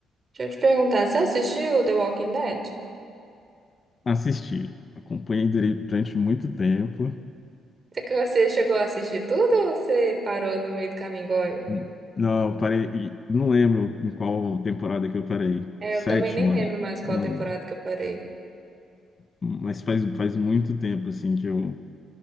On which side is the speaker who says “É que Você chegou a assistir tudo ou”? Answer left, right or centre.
Right